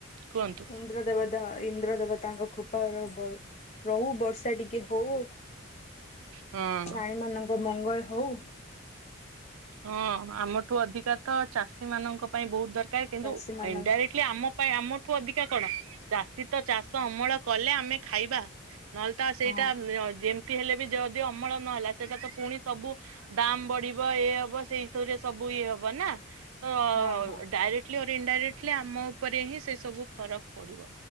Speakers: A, on the right (about 85°); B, on the left (about 30°).
A: କୁହନ୍ତୁ।
B: ଇନ୍ଦ୍ର ଦେବତା ଇନ୍ଦ୍ର ଦେବତା ଙ୍କ କୃପା ରହୁ ବର୍ଷା ଟିକେ ହଉ
A: ହଁ।
B: ପ୍ରାଣୀ ମାନଙ୍କ ମଙ୍ଗଳ ହଉ।
A: ହଁ ଆମଠୁ ଅଧିକା ତ ଚାଷୀ ମାନଙ୍କ ପାଇଁ ବହୁତ ଦରକାର କିନ୍ତୁ
B: ଚାଷୀ ମାନଙ୍କ
A: ଇଣ୍ଡାଇରେକ୍ଟଲି ଆମ ପାଇଁ ଆମଠୁ ଅଧିକା କଣ ଚାଷୀ ତ ଚାଷ ଅମଳ କଲେ ଆମେ ଖାଇବା। ନହେଲେ ତ ସେଇଟା
B: ହଁ
A: ଅ ଯ ଜିମ ହେଲେ ବି ଯଦି ଅମଳ ନହେଲା ସେଇଟା ତ ପୁଣି ସବୁ ଦାମ ବଢିବ ଇଏ ହବ ସେଇ ରେ ସବୁ ଇଏ ହବ ନା ତ
B: ହଁ ହଁ
A: ଡାଇରେକ୍ଟ ଲି ଇନଡାଇରେକ୍ଟ୍ଲି ଆମ ଉପରେ ହିଁ ସେ ସବୁ ଫରକ ପଡିବ